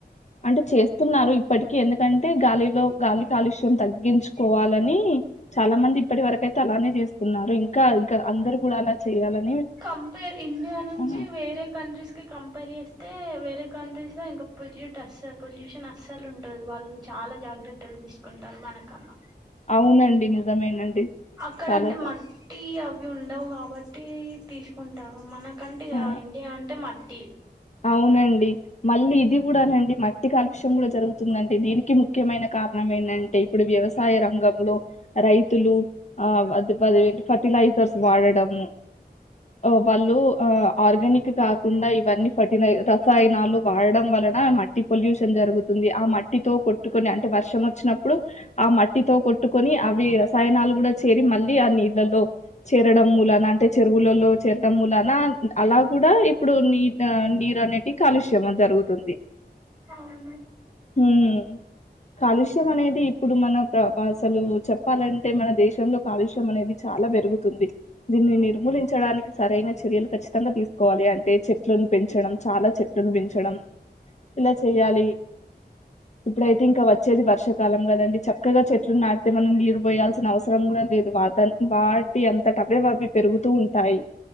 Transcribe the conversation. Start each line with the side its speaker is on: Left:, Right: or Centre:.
Left: అంటే చేస్తున్నారు ఇప్పటికి ఎందుకంటే గాలిలో గాలి కాలుష్యం తగ్గించుకోవాలని నీ చాలా మంది ఇప్పటి వరకయితే అలానే చేస్తున్నారు ఇంకా ఇంకా అందరు కూడా అలా చేయాలని
Right: కంపేర్ ఇండియా నుంచి
Left: ఆ,
Right: వేరే కంట్రీస్ కమ్ పని చేేస్తే వేరే కంట్రీస్ లో ఇంకా పొల్యూట్ అస్స పొల్యూషన్ అస్సలు ఉండదు వాళ్ళు చాలా జాగ్ర జాగ్రత్తలు తీసుకుంటారు మనకన్నా
Left: అవునండి నిజమేనండి
Right: అక్కడ
Left: చాలా
Right: అంటే
Left: చా-
Right: మట్టి అ అవి ఉండవు కాబట్టి తీసుకుంటారు మనకంటే ఇగ
Left: ఆ
Right: ఇండియా అంటే మట్టి
Left: అవునండి మళ్ళీ ఇది కూడానండి మట్టి కాలుష్యం కూడా జరుగుతుందండి దీనికి ముఖ్యమైన కా కారణం ఏంటంటే ఇప్పుడు వ్యవసాయ రంగంలో రైతులు ఆ పట్టి డైపర్స్ వాడడము ఆ వాళ్ళు ఆ ఆర్గానిక్ కాకుండా ఇవన్నీ పట్టిన రసాయనాలు వాడడం వలన మట్టి పొల్యూషన్ జరుగుతుంది ఆ మట్టితో కొట్టుకొని అంటే వర్షం వచ్చినప్పుడు ఆ మట్టితో కొట్టుకొని అవి రసాయనాలు కూడా చేరి మళ్ళీ ఆ నీళ్ళలో చేరడం మూలాన అంటే చెరువులలో చేరడం మూలాన అలా కూడా ఇప్పుడు నీ ఆ నీరు అనేటి కాలుష్యం జరుగుతుంది
Right: అవును
Left: హమ్ కాలుష్యం అనేది ఇప్పుడు మన ప్ర అసలు చెప్పాలంటే మన దేశంలో కాలుష్యం అనేది చా చాలా పెరుగుతుంది దీన్ని నిర్మూలించడానికి సరైన చర్యలు ఖచ్చితంగా తీసుకోవాలి అంటే చె చెట్లను పెంచడం చాలా చెట్టులను పెంచడం ఇలా చెయాలి ఇప్పుడైతే ఇంకా వచ్చేది వర్షాకాలం కదండి చక్కగా చెట్లు నాటితే మనం నీరు పోయాల్సిన అవసరం కూడా లేదు వాత వాటి అంతటవే అవి పెరుగుతూ ఉంటాయి